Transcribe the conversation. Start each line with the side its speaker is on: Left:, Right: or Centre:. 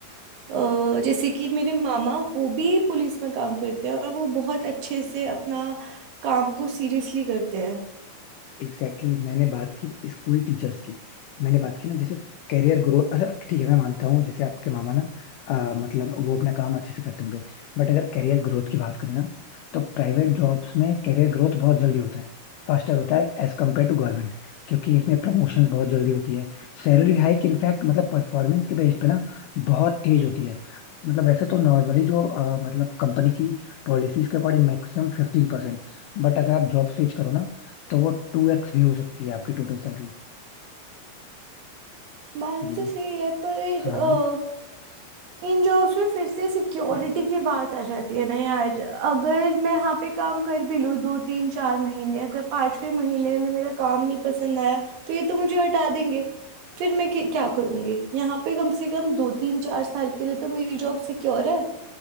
Right: अ, जैसे कि मेरे मामा वो भी पुलिस में काम करते हैं और वो बहुत अच्छे से अपना काम को सीरियसली करते हैं
Left: एग्जैक्टली exactly, मैंने बात की स्कूल टीचर्स की मैंने बात की ना जैसे कैरियर ग्रोथ अच्छा ठीक है मैं मानता हूँ जैसे आपके मामा ना अ, मतलब वो अपना काम अच्छे से करते होंगे बट अगर कैरियर ग्रोथ की बात करें ना तो प्राइवेट जॉब्स में कैरियर ग्रोथ बहुत जल्दी होता है फास्टर होता है एज कम्पेयर टू गवर्नमेंट क्योंकि इसमें प्रमोशंस बहुत जल्दी होती है सैलरी हाइक इनफैक्ट मतलब परफॉर्मेंस के बेस पे ना बहुत तेज होती है मतलब वैसे तो नॉर्मली जो अ, मतलब कंपनी की पॉलिसीज के अकॉर्डिंग मैक्सिमम फिफ्टीन परसेंट बट अगर आप जॉब स्विच करो ना तो वो टू एक्स भी हो सकती है आपकी टोटल सैलरी
Right: बात
Left: ये
Right: तो सही है पर
Left: हाँ
Right: अ, इन जॉब्स में फिर से सिक्योरिटी
Left: अ-
Right: की बात आ जाती है ना यार अगर मैं यहाँ पे काम कर भी लूँ दो तीन चार महीने अगर पांचवें महीने में मेरा काम नहीं पसंद आया तो ये तो मुझे हटा देंगे फिर मैं क्या क्या करूँगी यहाँ पे कम से कम दो तीन चार साल के लिए तो मेरी जॉब सिक्योर है